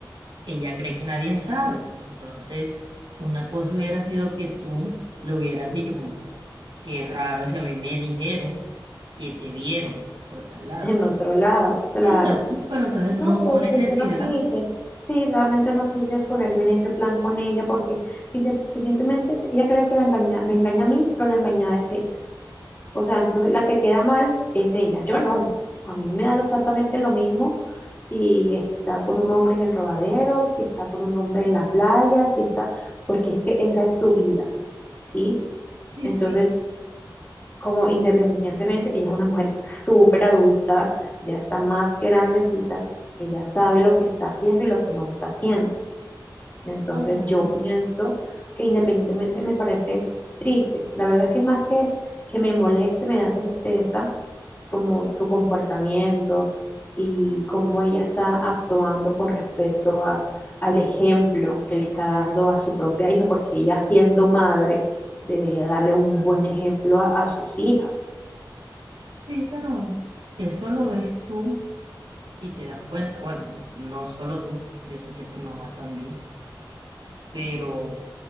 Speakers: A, on the right; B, on the left.
A: ella cree que nadie sabe. Entonces, una cosa hubiera sido que tú le hubieras dicho como, qué raro si a mí me dijeron que te vieron por tal lado.
B: en otro lado, claro.
A: Exacto, pero entonces no
B: No,
A: hubo
B: pero
A: necesidad.
B: pues yo no quise. Sí, realmente no quise ponerme en ese plan con ella porque independientemente, ella cree que la engaña, me engaña a mí, pero la engañada es ella. O sea, entonces la que queda mal es ella, yo no. A mí me da exactamente lo mismo si está con un hombre en el rodadero, si está con un hombre en la playa, si está, porque es que esa es su vida, ¿sí?
A: Sí,
B: Entonces
A: sí.
B: como independientemente, ella es una mujer súper adulta, ya está más que grandecita, ella sabe lo que está haciendo y lo que no está haciendo. Entonces
A: Ajá,
B: yo pienso que independientemente me parece triste. La verdad es que más que, que me moleste, me da tristeza como su comportamiento y cómo ella está actuando con respecto a, al ejemplo que le está dando a su propia hija, porque ella siendo madre debería darle un buen ejemplo a, a sus hijas.
A: sí, pero eso lo ves tú y te das cuenta. Bueno, no solo tú, yo sé que tu mamá también, pero...